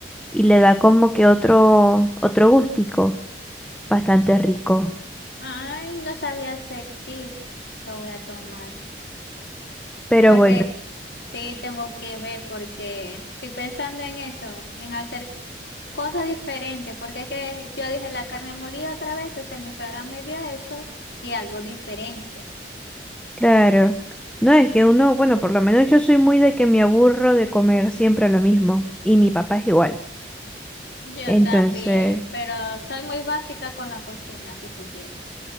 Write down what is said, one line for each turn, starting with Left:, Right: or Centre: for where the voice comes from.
Centre: Y le da como que otro, otro gustico bastante rico.
Left: Ay, no sabía sentir Lo voy a tomar.
Centre: Pero
Left: ¿Por
Centre: bueno.
Left: qué? Sí, tengo que ver porque estoy pensando en eso, en hacer cosa diferente, porque es que yo dije la carne molida otra vez, entonces mi suegra me dio eso y algo diferente.
Centre: Claro. No, es que uno, bueno, por lo menos yo soy muy de que me aburro de comer siempre lo mismo. Y mi papá es igual.
Left: Yo
Centre: Entonces,
Left: también, pero soy muy básica con la cocina, si supieras.